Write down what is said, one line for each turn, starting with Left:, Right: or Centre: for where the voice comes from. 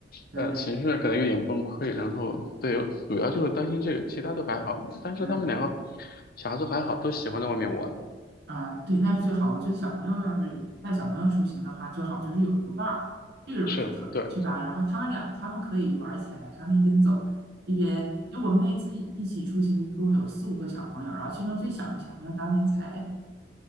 Right: 对，
Left: 呃，情绪上可能有点崩溃。然后对，主要就是担心这个，其他都还好。但是他们两个
Right: 嗯
Left: 小孩子还好，都喜欢在外面玩。
Right: 嗯，对，那是最好。我觉得小朋友要是带小朋友出行的话，最好就是有一个伴儿，这个不是特是吧？
Left: 是，对，
Right: 然后他们俩他们可以玩起来，他们一边走一边，因为我们那一次一一起出行，一共有四五个小朋友，然后其中最小的小朋友当年才